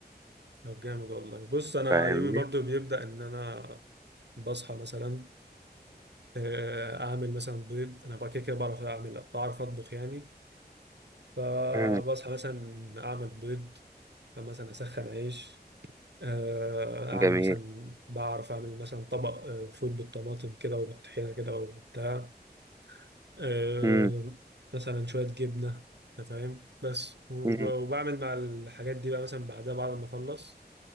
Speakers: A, on the right (about 85°); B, on the right (about 20°).
A: طب جامد والله بص أنا
B: فاهمني
A: يومي برضو بيبدأ إن أنا بصحى مثلا آه، أعمل مثلا بيض أنا بقى كده كده بعرف أعمل بعرف أطبخ يعني فبصحى
B: مم.
A: مثلا أعمل بيض مثلا أسخن عيش آه، اعمل
B: جميل
A: مثلا بعرف اعمل مثلا طبق آه، فول بالطماطم كده وبالطحينه كده وبتاع آه،
B: مم.
A: مثلا شويه جبنه انت فاهم بس وب-
B: مم.
A: وبعمل مع الحاجات دي بقى مثلا بعدها بعد ما اخلص